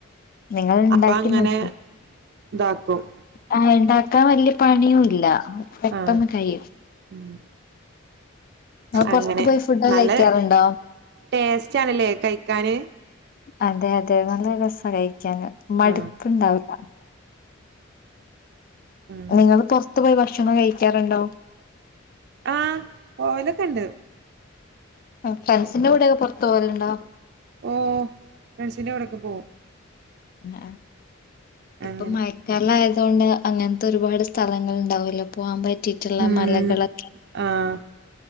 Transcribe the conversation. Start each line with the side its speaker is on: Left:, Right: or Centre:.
Left: നിങ്ങള്
Right: അപ്പൊ
Left: ണ്ടാക്കി
Right: അങ്ങനെ
Left: നോക്കി.
Right: ഇതാക്കും
Left: ആഹ് ഇണ്ടാക്കാൻ വല്യ പണിയൂല്ല. പെട്ടന്ന്
Right: ആഹ്
Left: കഴിയും.
Right: ഉം.
Left: നിങ്ങള് പൊറത്ത്
Right: അങ്ങനെ
Left: പോയി ഫുഡ്
Right: നല്ല
Left: കഴിക്കാറുണ്ടോ
Right: ടേസ്റ്റാണ്ലേ കഴിക്കാന്?
Left: അതെ അതെ നല്ല രസ കഴിക്കാന് മടുപ്പുണ്ടാവൂല്ല
Right: ആഹ് ഉം
Left: നിങ്ങള് പൊറത്ത് പോയി ഭക്ഷണം കഴിക്കാറുണ്ടോ?
Right: ആഹ് പോവലൊക്കെണ്ട്
Left: ഫ്രണ്ട്സിന്റെ കൂടെയൊക്കെ പൊറത്ത് പോവലുണ്ടോ?
Right: ഓഹ് ഫ്രണ്ട്സിന്റെ കൂടെയൊക്കെ പോകും
Left: ആഹ് ഇപ്പം
Right: അങ്ങനെ
Left: മഴ ക്കാലായതോണ്ട് അങ്ങനത്തെ ഒരുപാട് സ്ഥലങ്ങൾ ഉണ്ടാവും അല്ലേ പോകാൻ പറ്റിയിട്ടുള്ള
Right: ഉം
Left: മലകളൊക്കെ
Right: ആഹ്